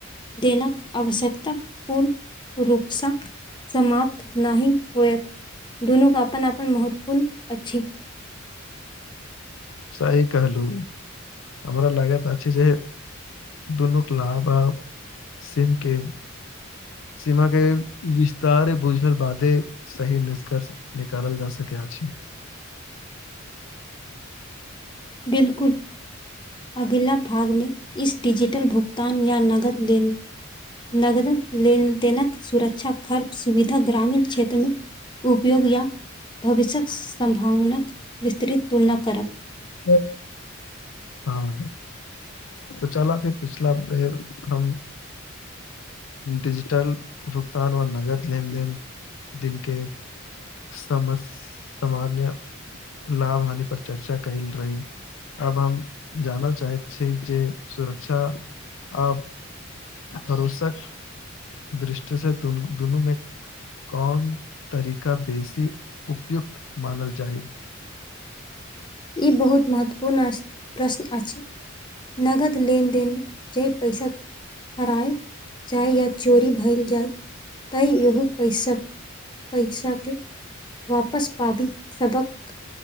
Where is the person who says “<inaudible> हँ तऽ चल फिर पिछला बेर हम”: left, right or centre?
Left